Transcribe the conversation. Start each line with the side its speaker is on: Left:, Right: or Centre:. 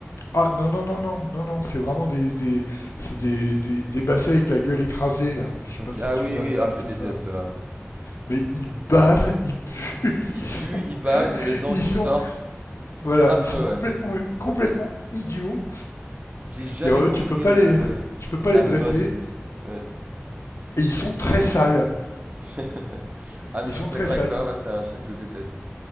Left: Ah non non non non non non c'est vraiment des des c'est des, des des bassets avec la gueule écrasée là je sais
Right: Ok,
Left: pas si
Right: Ah
Left: tu
Right: oui,
Left: vois
Right: oui,
Left: la tête
Right: ah, je les
Left: que
Right: déteste,
Left: ça
Right: ceux-là.
Left: mais ils bavent ils puent <laughs> ils sont
Right: Ils puent, ils bavent, ils ont les dents
Left: ils
Right: qui
Left: sont
Right: sortent. Ils
Left: voilà
Right: sont affreux,
Left: ils sont
Right: ouais.
Left: complètement complètement idiots
Right: J'ai jamais
Left: dire eux
Right: compris
Left: tu peux pas
Right: le
Left: les tu peux pas
Right: la
Left: les dresser
Right: mode. Ouais.
Left: et ils sont très sales
Right: <laughs> Ah, mais
Left: ils
Right: je
Left: sont
Right: suis d'accord
Left: très sales
Right: avec toi, ouais, c'est un chien que je déteste.